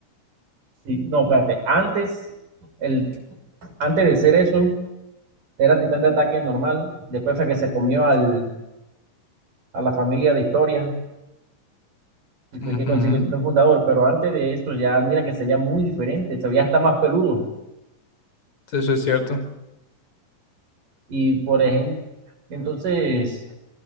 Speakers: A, on the right; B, on the left.
A: sí, No, espérate. Antes, el, antes de ser eso, era titán de ataque normal. Después fue que se comió al, a la familia de historia y fue
B: Ujú,
A: que consiguió el titán fundador. Pero antes de eso ya, mira que se veía muy diferente. Se veía hasta más peludo.
B: Eso es cierto.
A: Y por ejemplo, entonces,